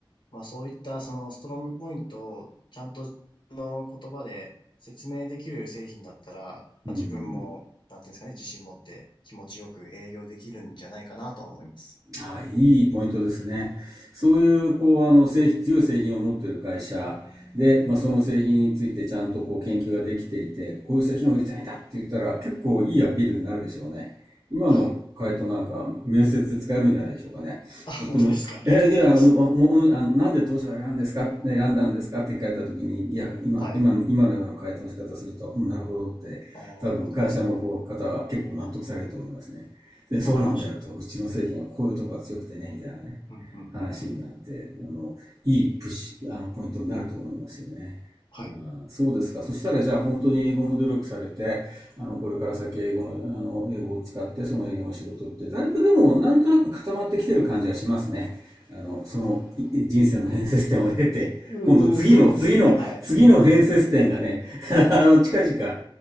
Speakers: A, on the left (about 55°); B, on the right (about 35°).
A: まあ、そういったそのストロングポイントをちゃんとの言葉で説明できる製品だったら、
B: うん。
A: まあ、自分も、なんていうんですかね、自信持って気持ちよく営業できるんじゃないかなとは思います。
B: はい、いいポイントですね。そういう、こう、あの、製品、強い製品を持っている会社で、まあ、その製品についてちゃんとこう研究ができていて、こういう製品を売りたいんだって言ったら、結構いいアピールになるでしょうね。今の回答なんか、
A: はい。
B: 面接で使えるんじゃないでしょうかね。
A: あ、本当ですか。
B: とっても、
A: ありがとうございます。
B: え、いや、あのおおあのなんで当社を選んですか、ね選んだんですかって聞かれたときに、いや、今、
A: はい。
B: 今、今のような回答の仕方をすると、うん、なるほどって、
A: ああ、
B: 多分会社の方、
A: なるほど。
B: 方は結構納得されると思いますね。で、そうなんだよと、
A: わかりました。
B: うちの製品はこういうとこが強くてね、みたいなね、
A: うん、うん、
B: 話になって、
A: うん、うん。
B: あの、いいプッシュ、あの、ポイントになると思いますよね。
A: はい。
B: うんそうですか。そしたら、じゃあ本当に英語も努力されて、あの、これから先英語の、あの、英語を使って、その英語の仕事って、だいぶでも、なんとなく固まってきてる感じはしますね。あの、そのい人生の変節点を経て、
A: うー、
B: 今度次の、
A: そうですね。
B: 次の、
A: はい。
B: 次の変節点がね、<laughs> あの、近々、